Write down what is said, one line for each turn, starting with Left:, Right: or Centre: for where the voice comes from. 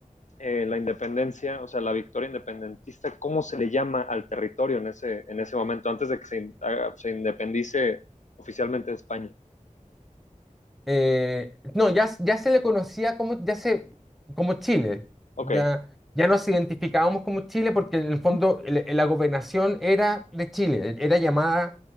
Left: eh, la, independencia, o sea, la victoria independentista, ¿cómo se le llama al territorio en ese, en ese momento, antes de que se, in, haga, se independice oficialmente de España?
Centre: Eh, no, ya, ya se le conocía como, ya se, como Chile, ya,
Left: Ok.
Centre: ya nos identificábamos como Chile porque en el
Left: Uh
Centre: fondo el- la gobernación era de Chile, era llamada